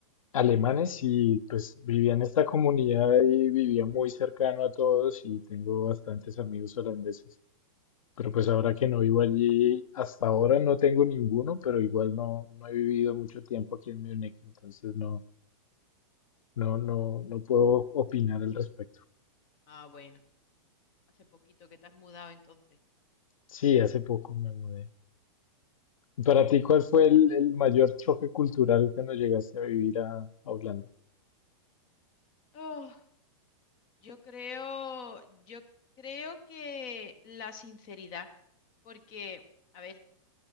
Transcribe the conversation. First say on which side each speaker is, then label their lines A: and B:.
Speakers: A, on the left; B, on the left.
A: Alemanes y pues vivía en esta comunidad y vivía muy cercano a todos y tengo bastantes amigos holandeses. Pero pues ahora que no vivo allí, hasta ahora no tengo ninguno, pero igual no, no he vivido mucho tiempo aquí en Múnich, entonces no, no, no, no puedo opinar al respecto.
B: Ah, bueno, hace poquito que te has mudado entonces.
A: Sí, hace poco me mudé. Para ti, ¿cuál fue el, el mayor choque cultural cuando llegaste a vivir a, a Holanda?
B: Oh. Yo creo, yo creo que la sinceridad, porque, a ver,